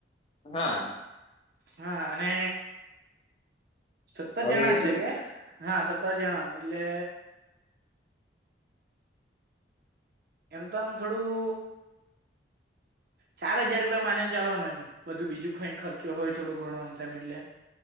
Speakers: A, on the left; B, on the right.
A: હા
B: હા અને સત્તર
A: હવે
B: જણા
A: એટલું
B: છે કે હા સત્તર જણા એટલે એમ તો આમ થોડું
A: <inaudible>
B: ચાર હજાર રૂપિયા માને ચાલો ને એમ બધું બીજું કંઈ ખર્ચો હોય થોડો ઘણો આમ તેમમ એટલે